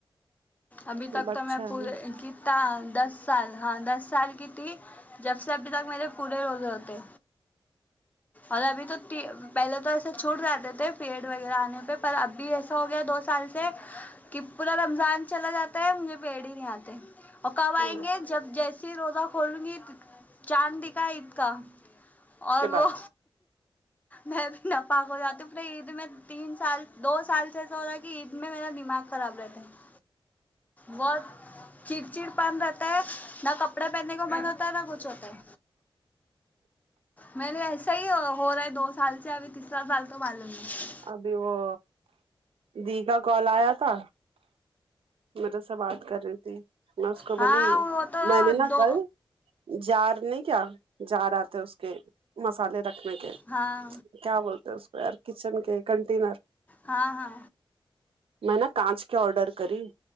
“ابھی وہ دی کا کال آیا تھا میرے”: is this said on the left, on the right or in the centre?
Right